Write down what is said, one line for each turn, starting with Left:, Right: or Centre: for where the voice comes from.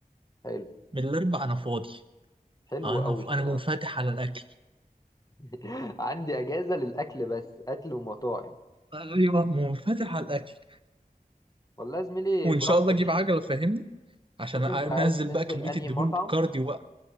Left: حلو
Right: من الاربع انا فاضي
Left: حلو
Right: انا
Left: قوي
Right: ف...
Left: الكلام
Right: انا منفتح على الاكل
Left: <laughs> عندي اجازه للاكل بس اكل ومطاعم
Right: ايوه منفتح على الاكل
Left: والله يا زميلي
Right: وان
Left: براحتك
Right: شاء الله اجيب
Left: شوف
Right: عجلة فاهمني عشان
Left: شوف
Right: انزل
Left: انت عايز تنزل
Right: بقى كمية
Left: انهي
Right: الدهون
Left: مطعم
Right: كارديو بقى